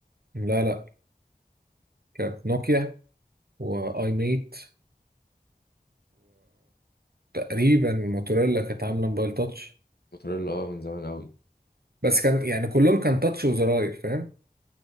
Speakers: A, on the right; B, on the left.
A: لا لا كانت نوكيا واي ميت تقريبا الموتوريلا كانت عامله موبايل تاتش
B: موتوريلا اه من زمان قوي
A: بس كان يعني كلهم كان تاتش وزراير فاهم